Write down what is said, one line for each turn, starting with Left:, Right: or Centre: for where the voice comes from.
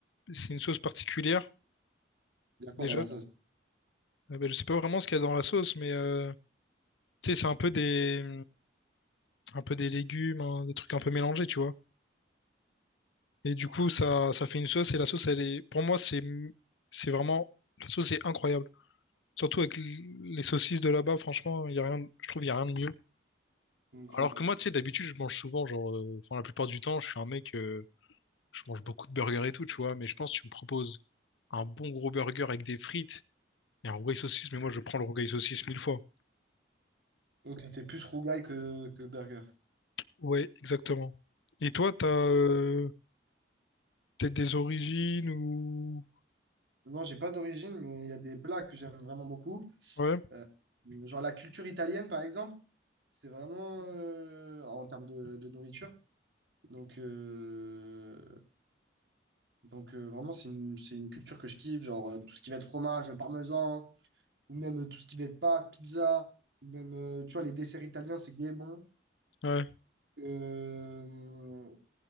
Left: c'est une sauce particulière
Right: Il y a quoi
Left: déjà.
Right: dans la sauce?
Left: Euh, bah, je sais pas vraiment ce qu'il y a dans la sauce, mais euh, tu sais, c'est un peu des, un peu des légumes, hein, des trucs un peu mélangés, tu vois. Et du coup, ça, ça fait une sauce et la sauce, elle est, pour moi, c'est, c'est vraiment, la sauce est incroyable. Surtout avec l- les saucisses de là-bas, franchement, il y a rien, je trouve, il y a rien de mieux.
Right: Ok.
Left: Alors que moi, tu sais, d'habitude, je mange souvent, genre, euh, enfin, la plupart du temps, je suis un mec, euh, je mange beaucoup de burgers et tout, tu vois. Mais je pense que tu me proposes un bon gros burger avec des frites et un rougail saucisse, mais moi, je prends le rougail saucisse mille fois.
Right: Donc, t'es plus rougaille que, que burger.
Left: Ouais, exactement. Et toi, t'as euh, peut-être des origines ou...
Right: Non, j'ai pas d'origine, mais il y a des plats que j'aime vraiment beaucoup.
Left: Ouais,
Right: Euh, genre la culture italienne, par exemple, c'est vraiment, euh, en termes de de nourriture, Donc, euh, donc euh, vraiment, c'est une, c'est une culture que je kiffe, genre euh, tout ce qui va être fromage, parmesan, ou même euh, tout ce qui va être pâtes, pizza, ou même, euh, tu vois, les desserts italiens, c'est gay bon.
Left: ouais.
Right: Euh,